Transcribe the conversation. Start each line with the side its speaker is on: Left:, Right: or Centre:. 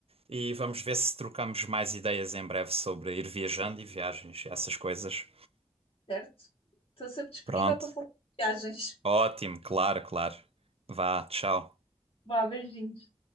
Right: E vamos ver se trocamos mais ideias em breve sobre ir viajando e viagens, e essas coisas.
Left: certo? Estou sempre disponível
Right: Pronto.
Left: para falar de viagens.
Right: Ótimo, claro, claro. Vá, tchau.
Left: Vá, beijinhos.